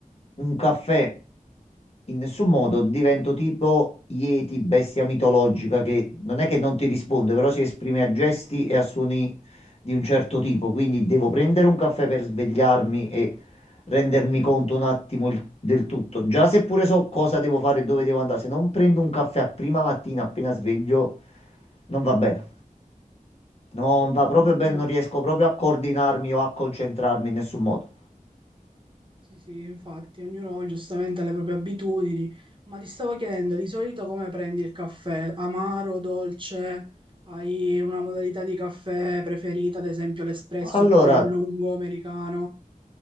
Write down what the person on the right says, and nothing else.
Ricordo
come-
Sì, sì, infatti, ognuno giustamente ha le proprie abitudini, ma ti stavo chiedendo, di solito come prendi il caffè? Amaro, dolce? Hai una modalità di caffè preferita, ad esempio l'espresso
oppure il lungo americano?